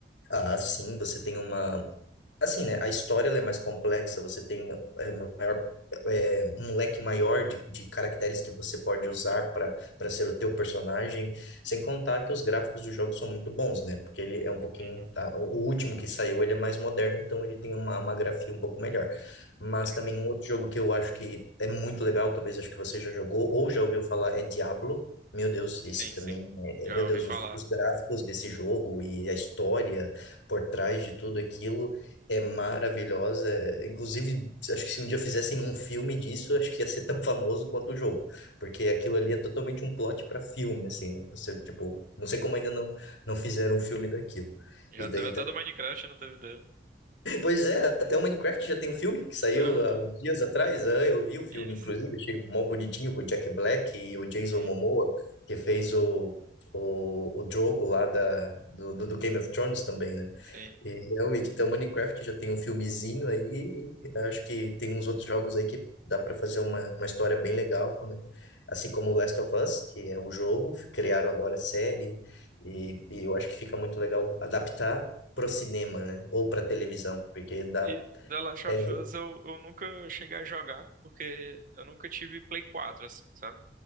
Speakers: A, on the left; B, on the right.
A: Ah, sim, você tem uma. Assim, né? A história ela é mais complexa, você tem é, maior, é, um leque maior de, de caracteres que você pode usar para para ser o teu personagem, sem contar que os gráficos do jogo são muito bons, né? Porque ele é um pouquinho.
B: Uhum,
A: tá, o último que saiu, ele é mais moderno, então ele tem uma, uma grafia um pouco melhor. Mas
B: sim.
A: também um outro jogo que eu acho que é muito legal, talvez acho que você já jogou ou já ouviu falar, é Diablo. Meu Deus, esse
B: Sim,
A: também,
B: sim.
A: é-
B: Já
A: é, meu
B: ouvi
A: Deus,
B: falar.
A: os os gráficos desse jogo e a história por trás de tudo aquilo é maravilhosa. Inclusive, acho que se um dia fizessem um filme disso, acho que ia ser <laughs> tão famoso quanto o jogo, porque aquilo ali é totalmente um plot para filme, assim, né? Você, tipo, não sei como ainda não não fizeram um filme daquilo.
B: Já
A: E daí
B: teve até do Minecraft, não teve dele.
A: Pois é, até o Minecraft já tem um filme que saiu
B: Aham.
A: há uns dias atrás. Ah, eu vi o filme,
B: Isso.
A: inclusive, achei mó bonitinho com o Jack Black e o Jason
B: Uhum,
A: Momoa, que fez o, o, o Drogo lá da, do, do do Game of Thrones também, né?
B: sim.
A: E realmente, até o Minecraft já tem um filmezinho aí. e Acho que tem uns outros jogos aí que dá para fazer uma, uma história bem legal, né? Assim como o Last of Us, que é um jogo, criaram agora a série, e, e eu acho que fica muito legal adaptar pro cinema, né? Ou pra televisão, porque dá.
B: E The Last of
A: É,
B: Us eu, eu nunca cheguei a jogar, porque eu nunca tive Play 4 assim, sabe?